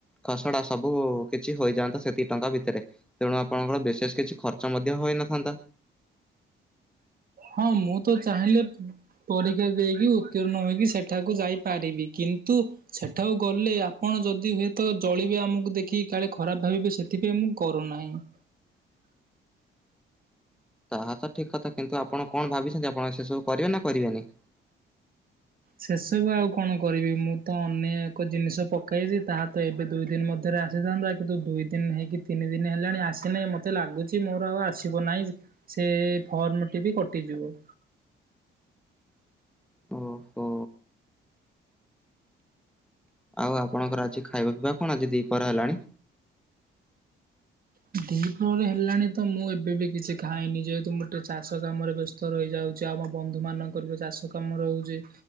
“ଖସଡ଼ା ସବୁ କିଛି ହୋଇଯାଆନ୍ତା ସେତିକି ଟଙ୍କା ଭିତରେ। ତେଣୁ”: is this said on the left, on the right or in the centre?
Centre